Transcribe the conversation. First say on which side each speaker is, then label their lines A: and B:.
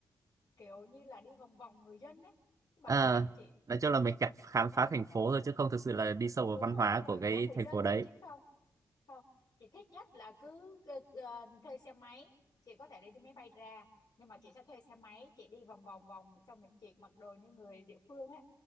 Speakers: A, on the left (about 60°); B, on the right (about 45°).
A: kiểu như là đi vòng vòng người dân đấy cái bảo
B: à,
A: tàng chị
B: nói chung là mình cảm khám
A: thì vẫn
B: phá
A: không
B: thành
A: coi
B: phố
A: mấy
B: thôi chứ không thực sự là đi sâu vào
A: đúng
B: văn
A: rồi
B: hóa
A: đúng rồi
B: của cái
A: các người
B: thành
A: dân
B: phố đấy.
A: chứ không không chị thích nhất là cứ ờ, ờ, thuê xe máy chị có thể đi đi máy bay ra nhưng mà chị sẽ thuê xe máy chị đi vòng vòng vòng xong rồi chị mặc đồ như người địa phương á